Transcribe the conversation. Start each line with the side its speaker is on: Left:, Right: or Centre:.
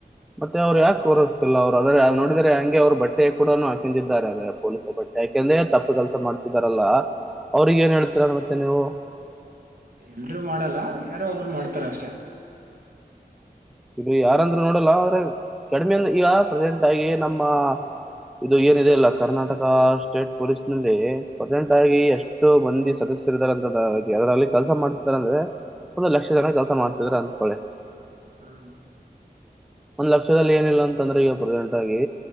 Centre: ಮತ್ತೆ ಅವ್ರು ಯಾಕೆ ಕೂರುಸ್ತಿಲ್ಲ ಅವ್ರು ಅದ್ರ ಅ ನೋಡಿದ್ರರೆ ಹೆಂಗೆ ಅವ್ರು ಬಟ್ಟೆ ಕೂಡನೂ ಹಾಕೊಂಡಿದ್ದಾರೆ ಪೊಲೀಸ ಬಟ್ಟೆ ಹಾಕಂದ್ರೆ ತಪ್ಪು ಕೆಲಸ ಮಾಡ್ತಿದಾರಲ್ಲ ಅವ್ರಿಗ್ ಏನ್ ಹೇಳ್ತಿರ ಮತ್ತೆ ನೀವು?
Right: ಎಲ್ರೂ ಮಾಡಲ್ಲ ಯಾರೋ ಒಬ್ರು ಮಾಡ್ತಾರಷ್ಟೆ
Centre: ಇಲ್ಲಿ ಯಾರಂದ್ರೂ ನೋಡಲ್ಲ ಆದ್ರೆ ಕಡಿಮೆಂದ ಈಗ ಪ್ರೆಸೆಂಟ್ ಆಗಿ ನಮ್ಮ ಇದು ಏನಿದೆ ಇಲ್ಲ ಕರ್ನಾಟಕ ಸ್ಟೇಟ್ ಪೊಲೀಸ್ನಲ್ಲಿ ಪ್ರೆಸೆಂಟಾಗಿ ಎಷ್ಟು ಮಂದಿ ಸದಸ್ಯರಿದಾರಂತಂದ ಅದ್ರಲ್ಲಿ ಕೆಲ್ಸ ಮಾಡ್ತಿದ್ದಾರೆ ಅಂದ್ರೆ ಒಂದು ಲಕ್ಷ ಜನ ಕೆಲ್ಸ ಮಾಡ್ತಿದಿದ್ದಾರೆ ಅಂತ್ಕೊಳ್ಳಿ
Right: ಹ್ಮ್
Centre: ಒಂದ್ ಲಕ್ಷದಲ್ಲಿ ಏನಿಲ್ಲ ಅಂತಂದ್ರೆ ಈಗ ಪ್ರೆಸೆಂಟ್ ಆಗಿ